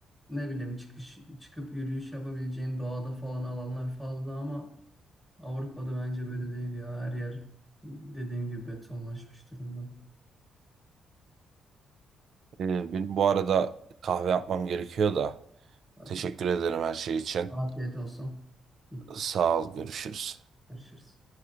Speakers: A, in the centre; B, on the right.
A: ne bileyim çıkış çıkıp yürüyüş yapabileceğin doğada falan alanlar fazla ama Avrupa'da bence böyle değil ya her yer dediğim gibi betonlaşmış durumda.
B: Ee, benim bu arada kahve yapmam gerekiyor da.
A: Yani
B: Teşekkür ederim her şey için.
A: afiyet olsun. Hı,
B: Sağ ol, görüşürüz.
A: Görüşürüz.